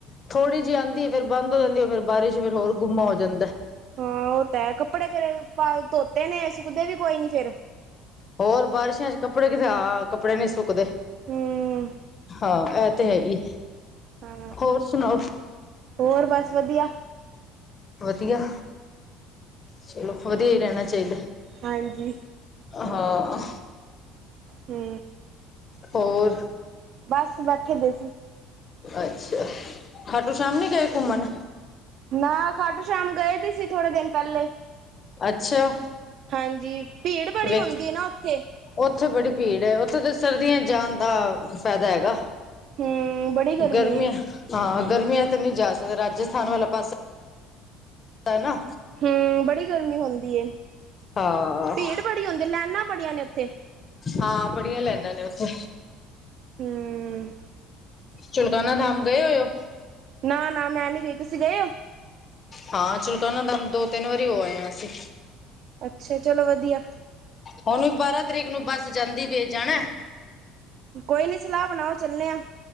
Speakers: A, on the left (about 25°); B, on the right (about 45°).
A: ਥੋੜ੍ਹੀ ਜਿਹੀ ਆਉਂਦੀ ਫੇਰ ਬੰਦ ਹੋ ਜਾਂਦੀ ਫਿਰ ਬਾਰਿਸ਼ ਫਿਰ ਹੋਰ ਗੁੰਮਾ ਹੋ ਜਾਂਦਾ ਏ।
B: ਹਾਂ, ਉਹ ਤਾਂ ਹੈ ਕੱਪੜੇ ਫੇਰ ਧੋਤੇ ਨੇ ਸੁੱਕਦੇ ਵੀ ਕੋਈ ਨੀ ਫੇਿਰ।
A: ਹੋਰ, ਬਾਰਿਸ਼ਾਂ ਚ ਕੱਪੜੇ ਹਾਂ, ਕੱਪੜੇ ਨੀ ਸੁੱਕਦੇ
B: ਹੂੰ
A: ਹਾਂ, ਇਹ ਤੇ ਹੈ ਹੀ।
B: ਹਾਂ
A: ਹੋਰ ਸੁਣਾਓ?
B: ਹੋਰ ਬਸ ਵਧੀਆ
A: ਵਧੀਆ, ਚਲੋ ਵਧੀਆ ਹੀ ਰਹਿਣਾ ਚਾਹੀਦਾ।
B: ਹਾਂਜੀ।
A: ਹਾਂ।
B: ਹੂੰ।
A: ਹੋਰ,
B: ਬਸ ਬੈਠੇ ਦੇ ਸੀ
A: ਅੱਛਾ। ਖਾਟੂ ਸ਼ਾਮ ਨੀ ਗਏ ਘੁੰਮਣ?
B: ਨਾ, ਖ਼ਾਟੂੰ ਸ਼ਾਮ ਗਏ ਦੀ ਸੀ, ਥੋੜੇ ਦਿਨ ਪਹਿਲੇ।
A: ਅੱਛਾ
B: ਹਾਂਜੀ, ਭੀੜ ਬੜੀ
A: ਵੇਖ
B: ਹੁੰਦੀ ਆ ਨਾ ਉੱਥੇ।
A: ਉੱਥੇ ਬੜੀ ਭੀੜ ਏ ਉੱਥੇ ਤੇ ਸਰਦੀਆਂ ਜਾਣ ਦਾ ਫਾਇਦਾ ਹੈਗਾ,
B: ਹੂੰ ਬੜੀ ਗਰਮੀ
A: ਗਰਮੀਆਂ
B: ਹੈ
A: ਹਾਂ, ਗਰਮੀਆ ਚ ਤੇ ਨਹੀਂ ਜਾ ਸਕਦਾ। ਰਾਜਸਥਾਨ ਵਾਲਾ ਪਾਸ ਨਾ <unintelligible> <unintelligible>
B: ਹੂੰ ਬੜੀ ਗਰਮੀ ਹੁੰਦੀ ਹੈ
A: ਹਾਂ,
B: ਭੀੜ ਬੜੀ ਹੁੰਦੀ ਲਾਈਨਾਂ ਬੜੀਆਂ ਨੇ ਉੱਥੇ
A: ਹਾਂ ਬੜੀਆਂ ਲੈਨਾ ਨੇ ਉੱਥੇ।
B: ਹੂੰ।
A: ਚੁਲਕਾਨਾ ਧਾਮ ਗਏ ਹੋ?
B: ਨਾ, ਨਾ ਮੈਂ ਨੀ ਗਈ, ਤੁਸੀਂ ਗਏ ਹੋ?
A: ਹਾਂ, ਚੁਲਕਾਨਾ ਧਾਮ ਦੋ ਤਿੰਨ ਵਾਰੀ ਹੋ ਆਏ ਆ ਅਸੀਂ।
B: ਅੱਛਾ, ਚਲੋ ਵਧੀਆ।
A: ਹੁਣ ਵੀ, ਬਾਰਾਂ ਤਰੀਕ ਨੂੰ ਬੱਸ ਜਾਂਦੀ ਪੇ, ਜਾਣਾ?
B: ਕੋਈ ਨੀ, ਸਲਾਹ ਬਣਾਓ ਚੱਲਨੇ ਹਾਂ।